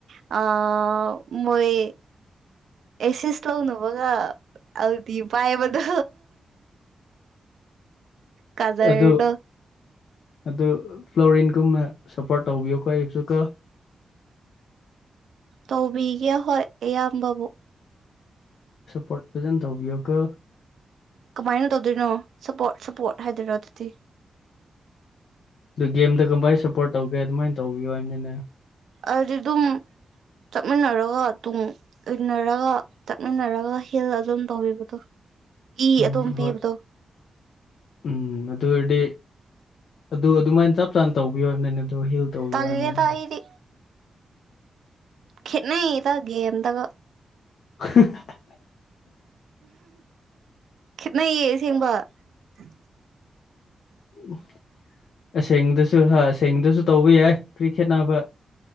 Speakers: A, on the right; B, on the left.
A: ꯑ ꯃꯣꯏ ꯑꯦꯁꯤꯁ ꯇꯧꯅꯕꯒ ꯑꯜꯇꯤ ꯄꯥꯏꯕꯗꯣ ꯀꯗꯔꯗꯣ
B: ꯑꯗꯨ ꯑꯗꯨ ꯐ꯭ꯂꯣꯔꯤꯟꯒꯨꯝꯅ ꯁꯞꯄꯣꯔꯠ ꯇꯧꯕꯤꯌꯨ ꯀꯣ ꯑꯩꯁꯨꯀꯣ
A: ꯇꯧꯕꯤꯒꯦ ꯍꯣꯏ ꯑꯌꯥꯝꯕꯕꯨ
B: ꯁꯞꯄꯣꯔꯠ ꯐꯖꯅ ꯇꯧꯕꯤꯌꯨꯀꯣ
A: ꯀꯃꯥꯏꯅ ꯇꯧꯗꯣꯏꯅꯣ ꯁꯞꯄꯣꯔꯠ ꯁꯞꯄꯣꯔꯠ ꯍꯥꯏꯗꯣꯏꯔꯣ ꯑꯗꯨꯗꯤ
B: ꯑꯗꯨ ꯒꯦꯝꯗ ꯀꯃꯥꯏꯅ ꯁꯞꯄꯣꯔꯠ ꯇꯧꯒꯦ ꯑꯗꯨꯃꯥꯏꯅ ꯇꯧꯕꯤꯌꯣ ꯍꯥꯏꯕꯅꯤꯅꯦ
A: ꯑꯗꯨꯗꯤ ꯑꯗꯨꯝ ꯆꯠꯃꯤꯟꯅꯔꯒ ꯑꯗꯨꯝ ꯎꯅꯔꯒ ꯆꯠꯃꯤꯟꯅꯔꯒ ꯍꯦꯜ ꯑꯗꯨꯝ ꯇꯧꯕꯤꯕꯗꯣ ꯏ
B: ꯎꯝ
A: ꯑꯗꯨꯝ ꯄꯤꯕꯗꯣ
B: ꯍꯣꯏ ꯎꯝ ꯑꯗꯨ ꯑꯣꯏꯔꯗꯤ ꯑꯗꯨ ꯑꯗꯨꯃꯥꯏꯅ ꯆꯞ ꯆꯥꯅ ꯇꯧꯕꯤꯌꯣ ꯍꯥꯏꯕꯅꯤꯅꯦ ꯑ ꯑꯗꯨ ꯍꯤꯜ ꯇꯧꯕꯤꯌꯣ
A: ꯇꯂꯦꯗꯥꯥ
B: ꯍꯥꯏꯕꯅꯤꯅꯦ
A: ꯑꯩꯗꯤ ꯈꯦꯠꯅꯗꯩꯗ ꯒꯦꯝꯗꯒ
B: <inaudible>
A: ꯈꯦꯠꯅꯩꯌꯦ ꯑꯁꯦꯡꯕ ꯎ
B: ꯎ ꯑꯁꯦꯡꯗꯁꯨ ꯍꯥ ꯑꯁꯦꯡꯗꯁꯨ ꯇꯧꯕ ꯌꯥꯏ ꯀ꯭ꯔꯤ ꯈꯦꯠꯅꯕ